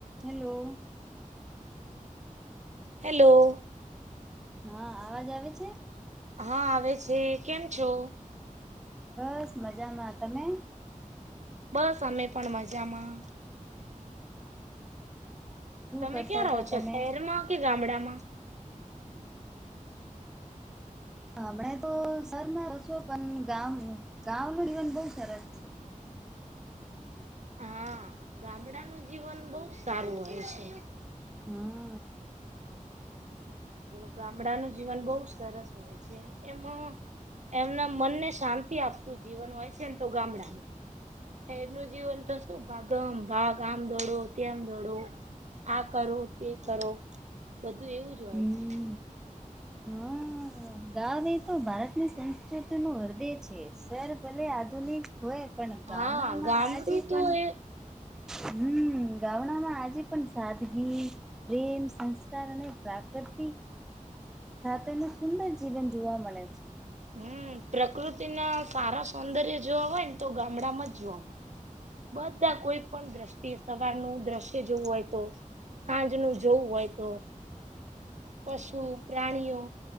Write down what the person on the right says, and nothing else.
Hello- -
હા આવે છે કેમ છો?
બસ અમે પણ મજામાં?
તમે
ક્યાં
રહો છો
શહેરમાં કે ગામડામાં?
હા ગામડાનું જીવન બહુ સારું હોય છે.
જો ગામડાનું જીવન બહુ સરસ હોય છે. એમાં એમના મનને શાંતિ આપતું જીવન હોય છે ને તો ગામડાનું. શેર નું જીવન તો શું ભાગ- - ભાગમ ભાગ આમ દોડો તેમ દોડો આ કરો તે કરો- - બધું એવું
જ હોય છે.
હા ગામડું
તો
એ
હમ પ્રકૃતિ ના સારા સૌંદર્ય જોવા હોય ને તો ગામડામાં જ જોવા મળે બધા
કોઈ પણ દ્રષ્ટિ સવારનું દ્રશ્ય જોવું હોય તો સાંજ નું જોવું હોય તો પશુ, પ્રાણીઓ,